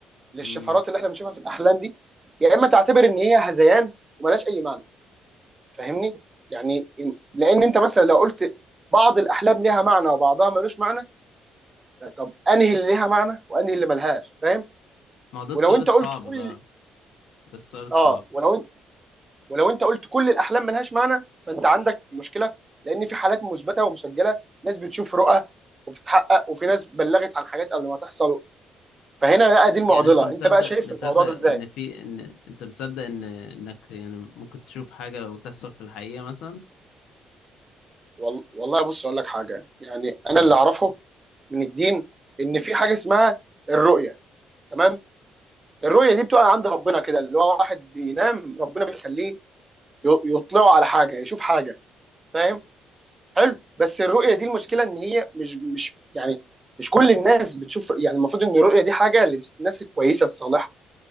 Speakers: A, on the right; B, on the left.
A: للشفرات
B: امم
A: اللي احنا بنشوفها في الاحلام دي يا اما تعتبر ان هي هذيان وملهاش اي معنى فاهمني يعني إن- لان انت مثلا لو قلت بعض الاحلام ليها معنى وبعضها ملوش معنى طب انهي اللي ليها معنى وانهي اللي ملهاش فاهم
B: ما هو ده
A: ولو
B: السؤال
A: انت
B: الصعب
A: قلت كل
B: بقى ده السؤال الصعب
A: اه ولو انت ولو انت قلت كل الاحلام ملهاش معنى فانت عندك مشكله لان في حالات مثبته ومسجله ناس بتشوف رؤى وبتتحقق وفي ناس بلغت عن حاجات قبل ما تحصل فهنا بقى دي المعضله
B: يعني انت مصدق
A: انت بقى شايف
B: مصدق
A: الموضوع ده ازاي
B: ان في ان انت مصدق ان انك يعني ممكن تشوف حاجة وتحصل في الحقيقة مثلا
A: وال- والله بص اقول لك حاجه يعني انا
B: امم
A: اللي اعرفه من الدين ان في حاجه اسمها الرؤيه تمام الرؤيه دي بتقع عند ربنا كده اللي هو واحد بينام ربنا بيخليه ي- يطلعه على حاجه يشوف حاجه فاهم حلو بس الرؤيه دي المشكله ان هي مش مش يعني مش كل الناس بتشوف يعني المفروض ان الرؤيه دي حاجه للناس الكويسه الصالحه